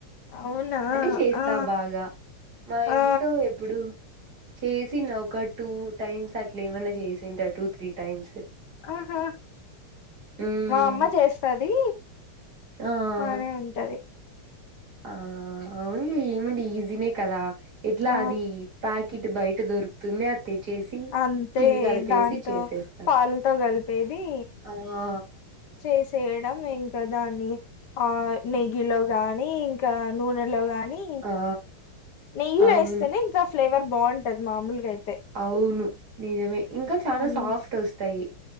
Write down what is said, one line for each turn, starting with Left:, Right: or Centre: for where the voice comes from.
Left: అవునా
Right: అంటే చేస్తా
Left: ఆ
Right: బాగా మా
Left: ఆ
Right: ఇంట్లో ఎప్పుడు చేసిన ఒక టూ టైమ్స్ అట్లా ఏమన్నా చేసింట టూ త్రీ టైమ్స్
Left: ఆహా
Right: ఉమ్
Left: మా అమ్మ చేస్తది
Right: ఆ
Left: మానే ఉంటది.
Right: ఆ అవునులే ఏముంది ఈజీనే కదా ఎట్లా
Left: ఆ
Right: అది ప్యాకిట్ బయట దొరుకుతుంది తే చేసి
Left: అంతే
Right: పిండి కలిపేసి
Left: దాంతో
Right: చేసేస్తాం
Left: పాలతో కలిపేది
Right: అలగా
Left: చేసేయడం ఇంకా దాని ఆ నెయ్యిలో గాని ఇంకా నూనెలో గాని
Right: ఆ
Left: నెయ్యిలో
Right: అవును
Left: ఎస్తేనే ఇంకా ఫ్లేవర్ బాగుంటది మామూలుగా అయితే
Right: అవును నిజమే ఇంకా చాలా
Left: హ్మ్.
Right: సాఫ్ట్ వస్తాయి